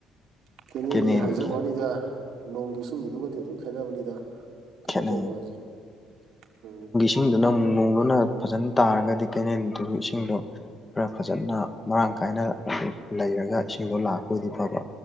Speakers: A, on the right (about 65°); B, on the left (about 20°).
A: ꯀꯦꯅꯦꯜꯒꯤ
B: ꯀꯦꯅꯦꯟꯒꯤ
A: ꯍꯥꯏꯖꯕ ꯋꯥꯅꯤꯗ ꯅꯣꯡꯒꯤ ꯏꯁꯤꯡ ꯒꯤ ꯗꯨꯒꯗꯤ ꯑꯗꯨꯝ ꯈꯦꯟꯅꯕꯅꯤꯗ ꯀꯩꯅꯣ
B: ꯈꯦꯠꯅꯩ
A: ꯇꯧꯕ ꯑꯖ‌ꯦ ꯎꯝ
B: ꯃꯪꯗꯨꯅ ꯑꯃꯨꯛ ꯅꯣꯡꯗꯨꯅ ꯐꯖꯟ ꯇꯥꯔꯒꯗꯤ ꯀ‌ꯦꯅꯦꯟꯗꯨ ꯏꯁꯤꯡꯗꯣ ꯈꯔ ꯐꯖꯟꯅ ꯃꯔꯥꯡ ꯀꯥꯏꯅ ꯂꯩꯔꯒ ꯏꯁꯤꯡꯗꯣ ꯂꯥꯛꯄ ꯑ‌ꯣꯏꯗꯤ ꯐꯕ